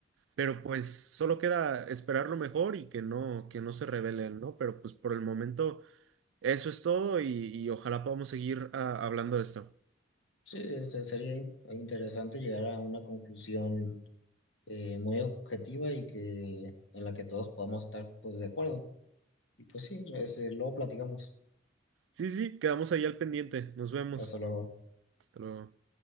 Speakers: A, on the right; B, on the left.
A: pero pues solo queda esperar lo mejor y que no, que no se revelen, ¿no? Pero pues por el momento eso es todo y, y ojalá podamos seguir ah, hablando de esto.
B: Sí, este, sería in- interesante llegar a una conclusión eh, muy objetiva y que en la que todos podamos estar pues de acuerdo. Y pues sí, ese, luego platicamos.
A: Sí, sí, quedamos ahí al pendiente. Nos vemos.
B: Hasta luego.
A: Hasta luego.